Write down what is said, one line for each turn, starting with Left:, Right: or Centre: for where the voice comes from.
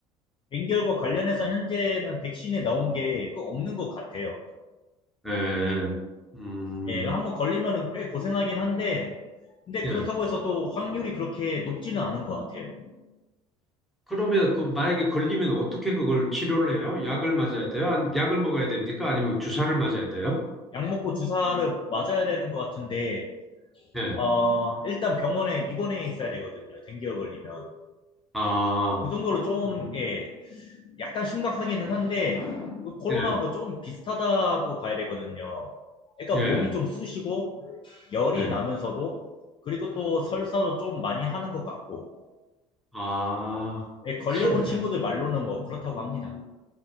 Left: 댕결과 관련해서 현재는 백신이 나온 게 그 없는 것 같아요.
Centre: 예, 음,
Left: 예, 한번 걸리면 꽤 고생하긴 한데 근데 그렇다고
Centre: 예.
Left: 해서 또 확률이 그렇게 높지는 않은 것 같아요.
Centre: 그러면 그 만약에 걸리면 어떻게 그걸 치료를 해요? 약을 맞아야 돼요? 아니, 약을 먹어야 됩니까? 아니면 주사를 맞아야 돼요?
Left: 약 먹고 주사를 맞아야 되는 것 같은데
Centre: 예,
Left: 어, 일단 병원에 입원해 있어야 되거든요. 댕겨 걸리면.
Centre: 아,
Left: 그 정도로 좀,
Centre: 음,
Left: 예, 약간 심각하기는 한데, 그 코로나하고
Centre: 예,
Left: 좀 비슷하다고 봐야 되거든요. 그러니까
Centre: 예,
Left: 몸이 좀 쑤시고, 열이
Centre: 예.
Left: 나면서도, 그리고 또 설사도 좀 많이 하는 것 같고,
Centre: 아,
Left: 예, 걸려본
Centre: <laughs> 그렇네.
Left: 친구들 말로는 뭐 그렇다고 합니다.